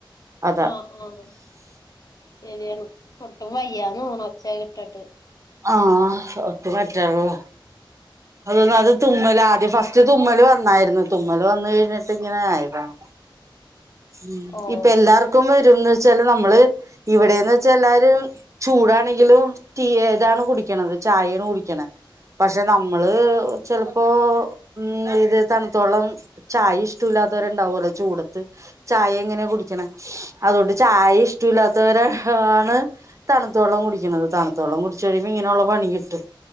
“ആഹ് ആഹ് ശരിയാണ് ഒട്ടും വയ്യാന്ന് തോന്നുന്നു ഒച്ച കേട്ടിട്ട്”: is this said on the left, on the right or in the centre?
Left